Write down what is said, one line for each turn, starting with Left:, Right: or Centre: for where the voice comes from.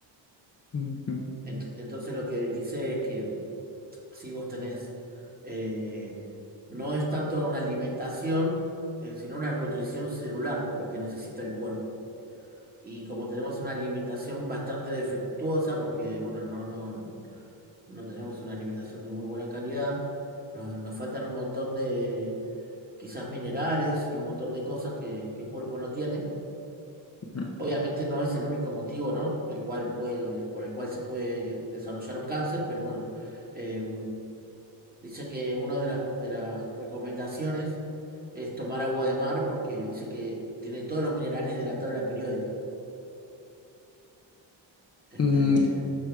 Left: ujú, ujú,
Right: Ent- entonces lo que dice es que si vos tenés, eh, no es tanto una alimentación, eh, sino una nutrición celular lo que necesita el cuerpo y como tenemos una alimentación bastante defectuosa, porque bueno, no, no, no tenemos una alimentación de muy buena calidad, nos, nos faltan un montón de quizás minerales y un montón de cosas que, que el cuerpo no tiene.
Left: ujú.
Right: Obviamente no es el único motivo, ¿no? El cual puede, por el cual se puede desarrollar un cáncer, pero bueno, eh, dice que una de las, de las recomendaciones es tomar agua de mar porque dice que tiene todos los minerales de la tabla periódica. Este,
Left: Mm,